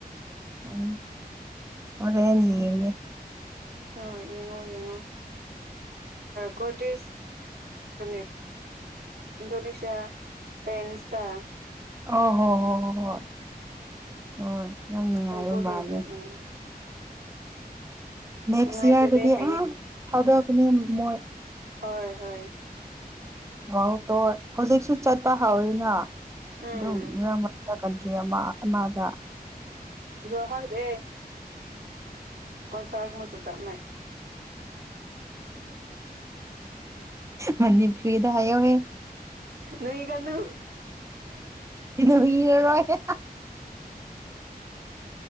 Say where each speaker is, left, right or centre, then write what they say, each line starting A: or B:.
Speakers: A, on the right (about 20°); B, on the right (about 80°).
A: ꯑꯣꯝ ꯍꯔꯦꯅꯤꯌꯦꯦ
B: ꯑ ꯌꯦꯡꯉꯣ ꯌꯦꯡꯉꯣ ꯀꯣꯔꯣꯇꯤꯁ ꯏꯟꯗꯣꯅꯦꯁꯤꯌꯥ ꯐꯦꯟꯁꯇ
A: ꯑꯣ ꯍꯣ ꯍꯣ ꯍꯣꯏ ꯍꯣꯏ ꯍꯣꯏ ꯌꯥꯝ ꯅꯨꯡꯉꯥꯏꯕ
B: ꯊꯨꯝꯀꯨ
A: ꯃꯥꯜꯂꯦ
B: ꯍꯦꯟꯅ ꯎꯝ
A: ꯅꯦꯛꯁ
B: ꯅꯨꯡꯉꯥꯏꯖꯔꯦ
A: ꯏꯌꯥꯔꯗꯤ
B: ꯍꯥꯏꯌꯦ
A: ꯑꯗ ꯑ ꯃꯣꯏ
B: ꯍꯣꯏ ꯍꯣꯏ
A: ꯑꯣ ꯇꯣꯏ ꯍꯧꯖꯤꯛꯁꯨ ꯆꯠꯄ ꯍꯧꯎꯔꯤꯅ
B: ꯎꯝ
A: ꯗꯨꯝ ꯃꯔꯛ ꯃꯔꯛ ꯀꯟꯇ꯭ꯔꯤ ꯑꯃ ꯑꯃꯗ
B: ꯖꯣ ꯍꯥꯗꯦ ꯀꯣꯟꯁꯔ ꯃꯁꯨ ꯇꯥꯃꯦ
A: ꯃꯅꯤ ꯐ꯭ꯔꯤꯗ ꯍꯥꯏꯌꯣꯍꯦ
B: ꯅꯨꯏ ꯀꯥꯅꯨ
A: ꯀ ꯅ ꯏꯔꯔꯣꯏ